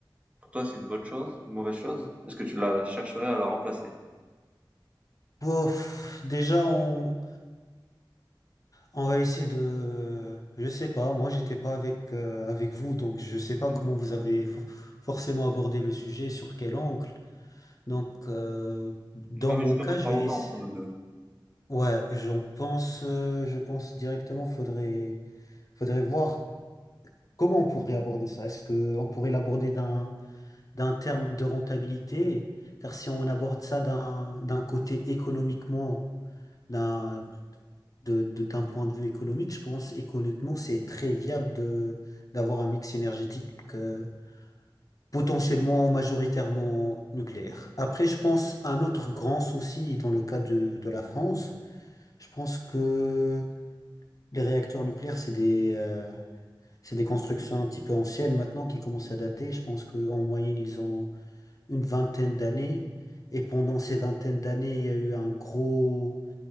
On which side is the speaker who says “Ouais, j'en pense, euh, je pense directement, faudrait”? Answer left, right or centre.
Left